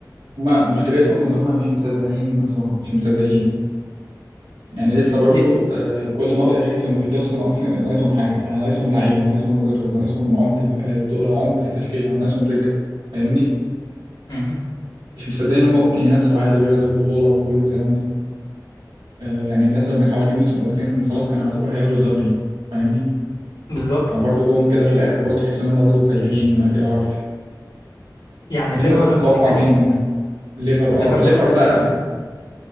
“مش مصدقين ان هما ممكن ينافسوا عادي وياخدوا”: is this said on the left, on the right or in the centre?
Right